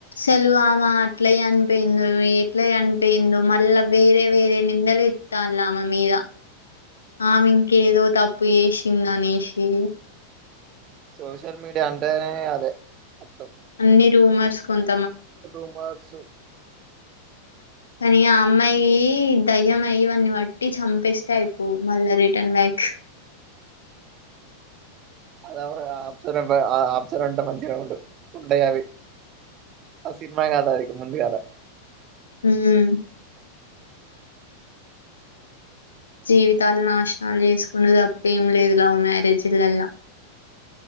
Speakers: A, on the left; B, on the right.
A: సలు ఆమె అట్లయి అనిపోయిందో ఎట్ల అనిపోయిందో మళ్ళా వేరే వేరే నిందలు ఇత్తాళ్ళు ఆమె మీద ఆమె ఇంకేదో తప్పు చేసింద అనేషి
B: సోష్యల్ మీడియా అంటేనే అదే అ
A: అన్ని రూమర్స్ కొత్
B: రూమర్స్
A: కానీ ఆ అమ్మాయి దయ్యమయి ఇవన్నీ బట్టి చంపేస్తే అయిపోవు మళ్ళా రిటర్న్ బ్యాక్
B: అదవ ఆప్సర ఆప్సరంట మంచి ర ఉడు ఉండయావి ఆ సినిమా కాదా అదికి ముందుగాదా
A: హ్మ్మ్ జీవితాలు నాశనాలు చేసుకుండు తప్ప ఏమి లేదు లవ్ మ్యారేజీలల్ల